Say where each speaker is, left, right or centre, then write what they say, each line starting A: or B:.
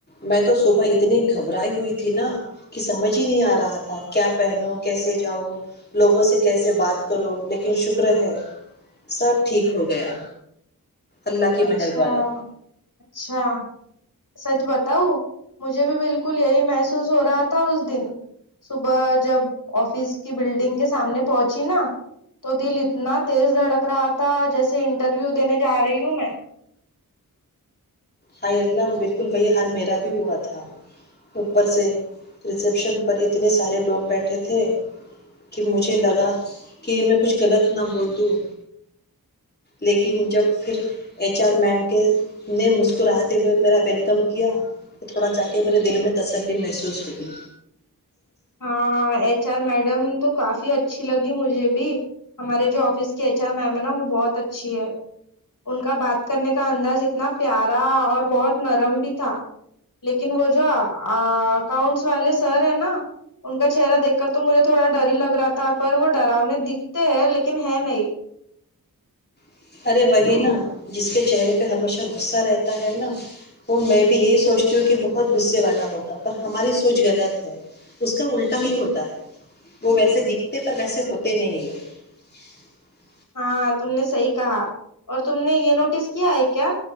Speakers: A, on the left (about 30°); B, on the left (about 60°).
A: میں تو صبح اتنی گھبرائی ہوئی تھی نا کہ سمجھ ہی نہیں آ رہا تھا کیا پہنو کیسے جاؤ لوگوں سے کیسے بات کرو لیکن شکر ہے سب ٹھیک ہو گیا اللہ کی
B: اچھا
A: مہربانی
B: اچھا سچ بتاؤ مجھے بھی بالکل یہی محسوس ہو رہا تھا اس دن صبح جب آفس کی بلڈنگ کے سامنے پہنچی نا تو دل اتنا تیز دھڑک رہا تھا جیسے انٹرویو دینے جا رہی ہوں میں
A: ہائی اللہ بالکل وہی حال میرا بھی ہوا تھا اوپر سے ریسیپشن پر اتنے سارے لوگ بیٹھے تھے کہ مجھے لگا کہ میں کچھ غلط نہ بول دوں لیکن جب پھر ایچ آر میم کے نے مس اس کوراتے ہوئے میرا ویلکم کیا تو تھوڑا جا کے میرے دل میں تسلی محسوس ہوئی
B: ہاں ایچ آر میڈم تو کافی اچھی لگی مجھے بھی ہمارے جو آفس کے ایچ آر میم ہے نا وہ بہت اچھی ہے ان کا بات کرنے کا انداز اتنا پیارا اور بہت نرم بھی تھا لیکن وہ جو اکاؤنٹس والے سر ہے نا ان کا چہرہ دیکھ کر تو مجھے تھوڑا ڈر ہی لگ رہا تھا پر وہ ڈرونے دکھتے ہیں لیکن ہے نہیں
A: <inaudible>
B: ہاں تم نے صحی کہا اور تم نے یہ نوٹس کیا ہے کیا